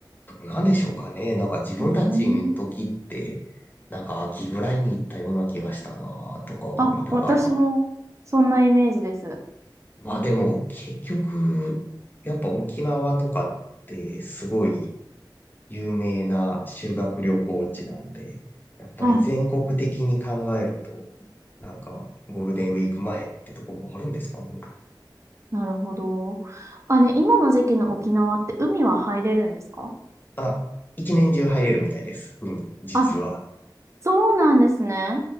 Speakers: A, on the left (about 25°); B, on the right (about 35°).
A: なん何でしょうかねなんか自分たちの時って
B: うーん。
A: なんか秋ぐらいに行ったような気がしたなとか思いながら
B: あ、私も、そんなイメージです。
A: まあでも結局やっぱ沖縄とかってすごい有名な修学旅行地なんで、やっぱり全国的に考えると、
B: はい
A: なんかゴールデンウィーク前ってとこもあるんですかね。
B: なるほど。あ、ね、今の時期の沖縄って海は入れるんですか
A: まあ、一年中入れるみたいです。うん、実は。
B: あ、そうなんですね。